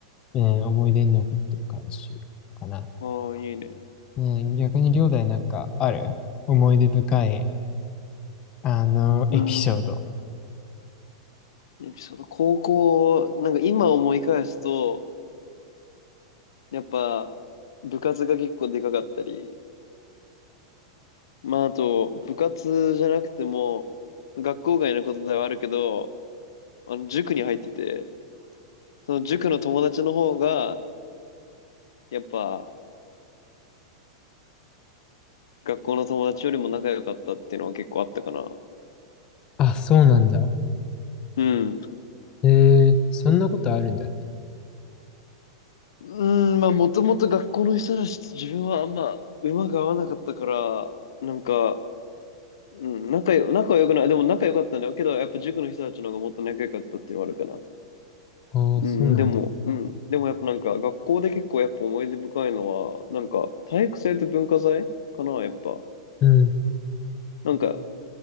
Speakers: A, on the left; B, on the left.
A: うん、思い出に残ってる感じかな。
B: ああ、いいね。
A: うん、逆に、両大なんかある思い出深い、あの、
B: うん。
A: エピソード。
B: エピソード、高校、なんか今思い返すと、やっぱ部活が結構でかかったり、まああと部活じゃなくても、学校外のことではあるけど、あの塾に入ってて、その塾の友達の方が、やっぱ、学校の友達よりも仲良かったっていうのは結構あったかな。
A: あ、そうなんだ。
B: うん。
A: えー、そんなことあるんだね。
B: うん、まあ、もともと学校の人たちと自分はあんま馬が合わなかったから、なんか、うん、仲よ、仲は良くない。でも仲良かったんだけど、やっぱ塾の人たちの方がもっと仲良かったっていうのはあるかな。
A: ああ、
B: うん、
A: そうなんだ。
B: でも、うん。でもやっぱなんか、学校で結構やっぱ思い出深いのは、なんか、体育祭と文化祭かな、やっぱ。
A: うん、
B: なんか、